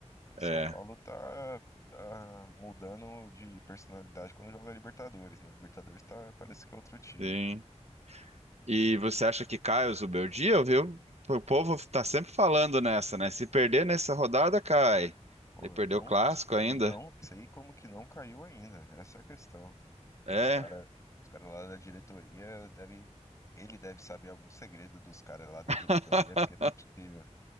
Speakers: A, on the left (about 25°); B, on the right (about 65°).
A: O São
B: É,
A: Paulo tá, tá mudando de personalidade quando joga Libertadores, né? Libertadores tá, parece que é outro time.
B: sim. E você acha que cai o Zubeldia, viu? O povo tá sempre falando nessa, né? Se perder nessa rodada, cai.
A: Pô,
B: E perdeu
A: eu não,
B: o clássico
A: eu
B: ainda.
A: não sei como que não caiu ainda, essa é a questão.
B: É.
A: Os cara, os cara lá da diretoria deve, ele deve saber algum segredo dos caras lá da diretoria,
B: <laughs>
A: porque não é possível.